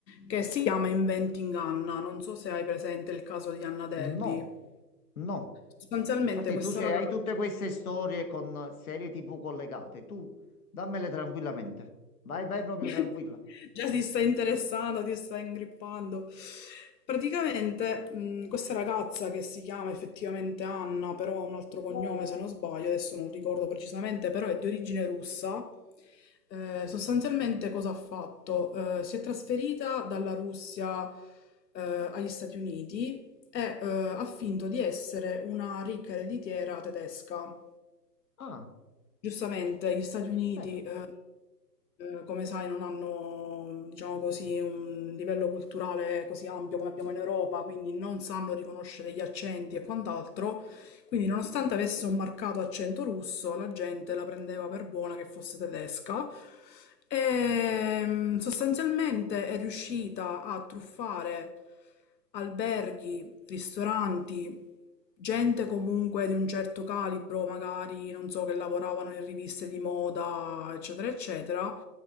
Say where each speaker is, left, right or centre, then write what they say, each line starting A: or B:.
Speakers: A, on the left; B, on the left.
A: che si chiama Inventing Anna. Non so se hai presente il caso di Anna Delvey.
B: no, no.
A: Sostanzialmente
B: Martì,
A: questa
B: tu se
A: ragazza...
B: hai tutte queste storie con serie TV collegate, tu dammele tranquillamente. Vai, vai proprio
A: <laughs>
B: tranquilla.
A: Già si sta interessando, ti sta ingrippando. Praticamente, mh, questa ragazza che si chiama effettivamente Anna, però ha un altro cognome se non sbaglio, adesso non ricordo precisamente, però è di origine russa. Eh, sostanzialmente cosa ha fatto? Eh, si è trasferita dalla Russia, eh, agli Stati Uniti e, eh, ha finto di essere una ricca ereditiera tedesca.
B: Ah,
A: Giustamente, gli Stati Uniti,
B: bene.
A: eh, eh, come sai, non hanno, diciamo così, un livello culturale così ampio come abbiamo in Europa, quindi non sanno riconoscere gli accenti e quant'altro, quindi, nonostante avesse un marcato accento russo, la gente la prendeva per buona che fosse tedesca. E mm, sostanzialmente è riuscita a truffare alberghi, ristoranti, gente comunque di un certo calibro, magari non so, che lavoravano in riviste di moda, eccetera, eccetera,